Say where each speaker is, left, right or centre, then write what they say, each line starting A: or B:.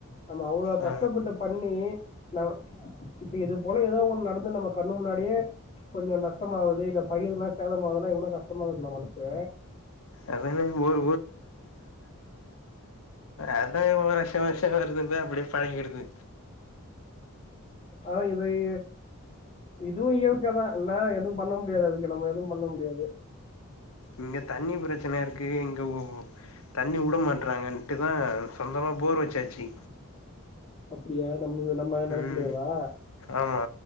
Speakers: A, on the left (about 25°); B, on the left (about 70°).
A: நம்ம அவ்ளோ
B: ஆ
A: கஷ்டப்பட்டு பண்ணி நா இப்ப இது போல ஏதோ ஒண்ணு நடந்து நம்ம கண்ணு முன்னாடியே கொஞ்சோ நஷ்டமா ஆகுது இல்ல பயிர் நா சேதம் ஆவுதுனா எவ்ளோ கஷ்டமாகுது டா இல்ல மனசு
B: அதானே ஒரு அதான்வ வருஷோ வருஷோ வருதுத அப்படியே பழிக்கிடுது
A: ஆ இது இது இதுவு இயற்கை தா இல்ல எதுவு பண்ண முடியாது அதுக்கு நம்ம எதுவு பண்ண முடியாது
B: இங்க தண்ணி பிரச்சன இருக்கு இங்க தண்ணி வுட மாட்டறாங்கட்டுதா சொந்தமா போர் வச்சாச்சு
A: அப்படியா நம் நம்ம நிலத்துலையாவா
B: ம் ஆமா